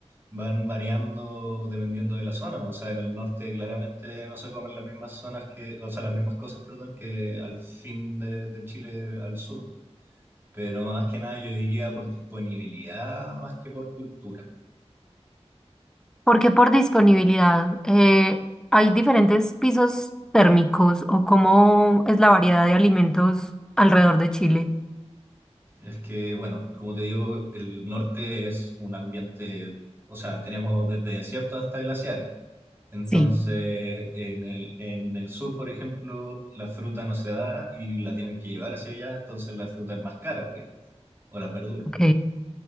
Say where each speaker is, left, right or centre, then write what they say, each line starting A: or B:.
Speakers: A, on the right; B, in the centre.
A: van variando dependiendo de la zona. O sea, en el norte claramente no se comen las mismas zonas que, o sea, las mismas cosas, perdón, que al fin de, de Chile al sur. Pero más que nada yo diría por disponibilidad más que por cultura.
B: Porque por disponibilidad, eh, hay diferentes pisos térmicos o cómo es la variedad de alimentos alrededor de Chile.
A: Es que, bueno, como te digo, el norte es un ambiente, o sea, tenemos desde desiertos hasta glaciares. Entonces,
B: Sí.
A: en el, en el sur, por ejemplo, la fruta no se da y la tienen que llevar hacia allá, entonces la fruta es más cara, por ejemplo, o las verduras.
B: Ok,